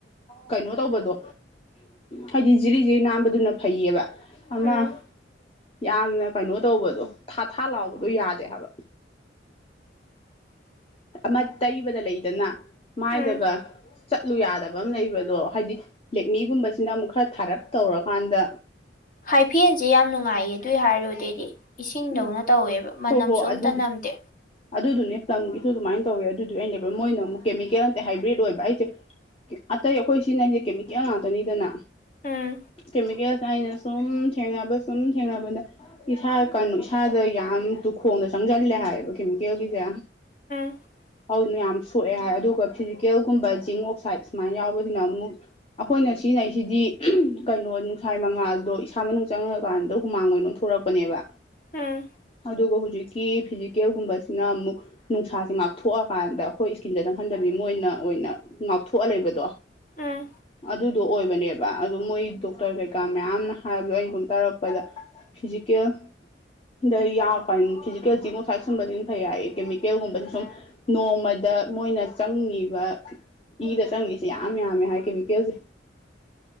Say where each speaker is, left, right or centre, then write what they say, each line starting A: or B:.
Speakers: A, on the left (about 30°); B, on the left (about 50°).
A: ꯀꯩꯅꯣ ꯇꯧꯕꯗꯣ ꯍꯥꯏꯗꯤ ꯖꯤꯔꯤ ꯖꯤꯔꯤ ꯅꯥꯟꯕꯗꯨꯅ ꯐꯩꯌꯦꯕ ꯑꯃ
B: ꯎꯝ
A: ꯌꯥꯝꯅ ꯀꯩꯅꯣ ꯇꯧꯕꯗꯣ ꯊꯥ ꯊꯥ ꯂꯥꯎꯕꯗꯣ ꯌꯥꯗꯦ ꯍꯥꯏꯕ
B: <inaudible>
A: ꯑꯃ ꯇꯩꯕꯗ ꯂꯩꯗꯅ ꯃꯥꯏꯗꯒ
B: ꯎꯝ
A: ꯆꯠꯂꯨ ꯌꯥꯗꯕ ꯑꯃ ꯂꯩꯕꯗꯣ ꯍꯥꯏꯗꯤ ꯂꯦꯛꯃꯤꯒꯨꯝꯕꯁꯤꯅ ꯑꯃꯨꯛ ꯈꯔ ꯊꯥꯔꯞ ꯇꯧꯔꯀꯥꯟꯗ
B: ꯍꯥꯏꯐꯦꯟꯁꯦ ꯌꯥꯝ ꯅꯨꯡꯉꯥꯏꯌꯦ ꯑꯗꯨꯏ ꯍꯥꯏꯔꯣꯗꯤ ꯑꯩꯗꯤ ꯏꯁꯤꯡꯗꯧꯅ
A: ꯎꯝ
B: ꯇꯧꯋꯦꯕ ꯃꯅꯝꯁꯨ
A: ꯍꯣ ꯍꯣ
B: ꯑꯝꯇ
A: ꯑꯗꯨ
B: ꯅꯝꯗꯦ
A: ꯑꯗꯨꯗꯨꯅꯦ ꯄ꯭ꯂꯝꯒꯤꯁꯨ ꯑꯗꯨꯃꯥꯏꯅ ꯇꯧꯋꯦ ꯑꯗꯨꯗꯤ ꯑꯅꯦꯕ ꯃꯣꯏꯅ ꯑꯃꯨꯛ ꯀꯦꯃꯤꯀꯦꯜ ꯅꯇꯦ ꯍꯥꯏꯕ꯭ꯔꯤꯠ ꯑꯣꯏꯕ ꯑꯩꯁꯦ ꯑꯇꯩ ꯑꯩꯈꯣꯏ ꯁꯤꯅꯗꯤ ꯀꯦꯃꯤꯀꯦꯜ ꯉꯥꯛꯇꯅꯤꯗꯅ
B: ꯎꯝ
A: ꯀꯦꯃꯤꯀꯦꯜꯁ ꯑꯅ ꯁꯨꯝ ꯊꯦꯡꯅꯕ ꯁꯨꯝ ꯊꯦꯡꯅꯕꯗ ꯏꯁꯥ ꯀꯣ ꯏꯁꯥꯗ ꯌꯥꯝ ꯇꯨꯈꯣꯡꯗ ꯆꯪꯁꯤꯜꯂꯦ ꯍꯥꯏꯌꯦꯕ ꯀꯦꯃꯤꯀꯦꯜꯒꯤꯁꯦ
B: <inaudible>
A: ꯍꯧꯅ ꯌꯥꯝ ꯁꯣꯛꯑꯦ ꯍꯥꯏ ꯑꯗꯨꯒ ꯐꯤꯖꯤꯀꯦꯜꯒꯨꯝꯕ ꯖꯤꯡ ꯑꯣꯛꯁꯥꯏꯠ ꯁꯨꯃꯥꯏꯅ ꯌꯥꯎꯕꯕꯁꯤꯅ ꯑꯃꯨꯛ ꯑꯩꯈꯣꯏꯅ ꯁꯤꯅ ꯑꯩꯁꯤꯗꯤ ꯀꯩꯅꯣ ꯅꯨꯡꯁꯥꯏ ꯃꯉꯥꯜꯗꯣ ꯏꯁꯥ ꯃꯅꯨꯡ ꯆꯪꯉꯀꯥꯟꯗ ꯍꯨꯃꯥꯡ ꯑꯣꯏꯅ ꯑꯣꯟꯊꯣꯔꯛꯄꯅꯦꯕ
B: ꯎꯝ
A: ꯑꯗꯨꯒ ꯍꯧꯖꯤꯛꯀꯤ ꯐꯤꯖꯤꯀꯦꯜꯒꯨꯝꯕꯁꯤꯅ ꯑꯃꯨꯛ ꯅꯨꯡꯁꯥꯁꯦ ꯉꯥꯛꯊꯣꯛꯑꯀꯥꯟꯗ ꯑꯩꯈꯣꯏ ꯏꯁꯀꯤꯟꯗ ꯆꯪ ꯆꯪꯍꯟꯗꯕꯤ ꯃꯣꯏꯅ ꯑꯣꯏꯅ ꯉꯥꯛꯊꯣꯛꯑ ꯂꯩꯕꯗꯣ
B: ꯎꯝ
A: ꯑꯗꯨꯗꯣ ꯑꯣꯏꯕꯅꯦꯕ ꯑꯗꯨ ꯃꯣꯏ ꯗꯣꯛꯇꯔ ꯀꯩꯀꯥ ꯃꯌꯥꯝꯅ ꯍꯥꯏꯕꯗꯣ ꯑꯩꯅ ꯁꯨꯝ ꯇꯥꯔꯛꯄꯗ ꯐꯤꯖꯤꯀꯦꯜ ꯗ ꯌꯥꯀꯥꯟ ꯐꯤꯖꯤꯀꯦꯜ ꯖꯤꯡ ꯑꯣꯛꯁꯥꯏꯠ ꯀꯨꯝꯕꯁꯤꯅ ꯐꯩ ꯍꯥꯏꯌꯦ ꯀꯦꯃꯤꯀꯦꯜꯒꯨꯝꯕꯁꯦ ꯁꯨꯝ ꯅꯣꯡꯃꯗ ꯗ ꯃꯣꯏꯅ ꯆꯪꯉꯤꯕ ꯏꯗ ꯆꯪꯉꯤꯁꯤ ꯌꯥꯝ ꯌꯥꯝꯃꯦ ꯍꯥꯏ ꯀꯦꯃꯤ ꯀꯦꯜꯁꯦ